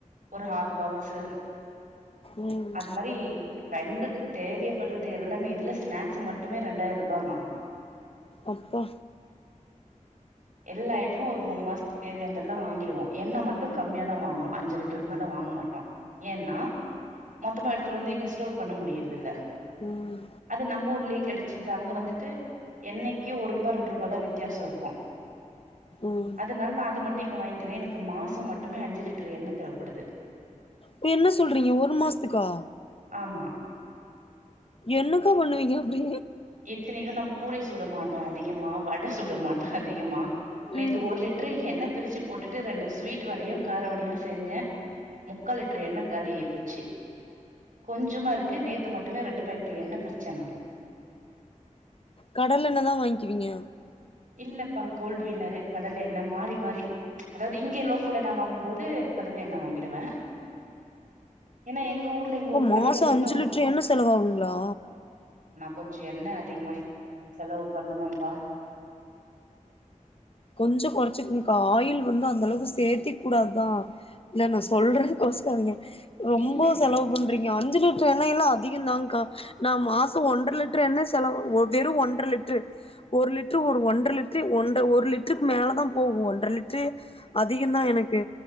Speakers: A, on the right; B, on the left.
A: ஒரு ஹாட் பாக்ஸு
B: ம்
A: அது மாரி ட்ரெண்டுக்கு தேவைப்படுறது எல்லாமே இதுல ஸ்நாக்ஸ் மட்டுமே ரெண்டாயிருபாமா
B: அப்பா
A: எல்லா ஐட்டமும் ஒரு மூணு மாசத்துக்கு தேவையான தெல்லா வாங்கிடுவோம் எண்ணெ மட்டும் கம்மியா தான் வாங்குவோம் அஞ்சு லிட்டருக்கு மேல வாங்க மாட்டோம் ஏன்னா மொத்தமா எடுத்துட்டு வந்து இங்க ஸ்டோர் பண்ண முடியறது இல்ல
B: ம்
A: அது நம்ம ஊர்லயே கிடைச்சிருது அங்க வந்துட்டு எண்ணைக்கு ஒரு ரூபாய் ரெண்டு ரூபாய் தான் வித்தியாசம் இருக்கும்
B: ம்
A: அதனால நான் அத மட்டும் வாங்கிக்கிறேன் எனக்கு மாசம் மட்டுமே அஞ்சு லிட்டர் எண்ணெய் தேவைப்படுது
B: நீ என்ன சொல் என்ன சொல்றீங்க ஒரு மாசதுக்கா
A: ஆமா
B: என்னக்கா பண்ணுவீங்க அப்டி
A: இத்தனைக்கு நா பூரி சுட மாட்டே அதிகமா, வடை சுட மாட்டே அதிகமா. நேத்து
B: ம்
A: ஒரு லிட்டரு எண்ணெய் பிரிச்சு போட்டுட்டு ரெண்டு ஸ்வீட் வடையும், கார வடையும் செஞ்சே. முக்கால் லிட்டரு எண்ணெய் காலி ஆகி போச்சி. கொஞ்சமா இருக்கு நேத்து மட்டுமே ரெண்டு பேக்கெட் எண்ணெய் பிரிச்சே
B: கடலெண்ணெய் தா வாங்கிக்கிவீங்க.
A: இல்லப்பா கோல்டு வின்னரு, கடலெ எண்ணெ மாறி மாறி. அதாவது இங்கே லோக்கல்ல நா வாங்கும்போது கடலெ எண்ணெ நா வாங்கிட்வே. ஏன்னா எங்க ஊர்ல இங்க
B: அப்போ
A: ஒரு
B: மாசம்
A: கடையில மட்டு
B: அஞ்சு லிட்டர் எண்ணெ செலவாகுங்களா?
A: கொஞ்சம் எண்ணெ அதிகமாவே செலவு பண்ணுவேம்பா
B: கொஞ்சம் கொறைச்சிக்குங்கா. ஆயில் வந்து அந்த அளவுக்கு சே்த்திக் கூடாதுக்கா. இல்ல நா சொல்றே கோச்சுக்காதீங்க. ரொம்ப
A: இல்ல இல்ல
B: செலவு பண்றீங்க அந் அஞ்சி லிட்டர் எண்ணெ எல்லா அதிகம் தாக்கா. நா மாசம் ஒன்ற லிட்டர் எண்ணெ செலவாகு வெறும் ஒன்ற லிட்டர். ஒரு லிட்டர், ஒரு ஒன்ற லிட்டர் ஒன்ட ஒரு லிட் லிட்டருக்கு மேலதா போகும். ஒன்றரை லிட்டரு அதிகம் தா எனக்கு.